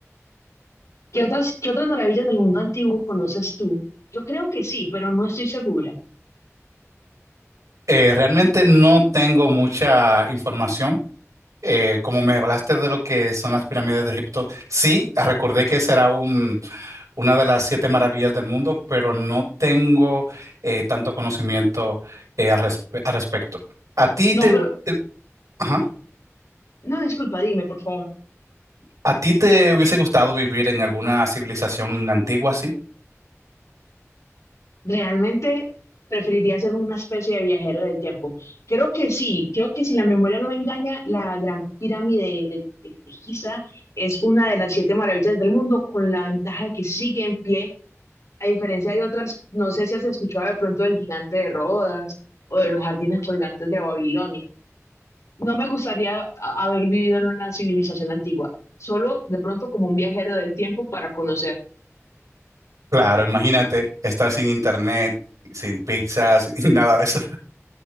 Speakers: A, on the left (about 65°); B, on the right (about 80°).
A: ¿Qué otras, qué otras maravillas del mundo antiguo conoces tú? Yo creo que sí, pero no estoy segura.
B: Eh, realmente no tengo mucha información. Eh, como me hablaste de lo que son las pirámides de Egipto, sí, recordé que será un, una de las siete maravillas del mundo, pero no tengo eh, tanto conocimiento eh, al, respe- al respecto. ¿A ti
A: No,
B: te,
A: pero,
B: te- ajá.
A: no, disculpa, dime, por favor.
B: ¿A ti te hubiese gustado vivir en alguna civilización antigua así?
A: Realmente preferiría ser una especie de viajero del tiempo. Creo que sí, creo que si la memoria no me engaña, la Gran Pirámide de, de, de Giza es una de las siete maravillas del mundo, con la ventaja de que sigue en pie, a diferencia de otras, no sé si has escuchado de pronto del gigante de Rodas o de los jardines colgantes de Babilonia. No me gustaría a- haber vivido en una civilización antigua, solo de pronto como un viajero del tiempo para conocer.
B: Claro, imagínate estar sin internet, sin pizzas, <laughs> y nada de eso.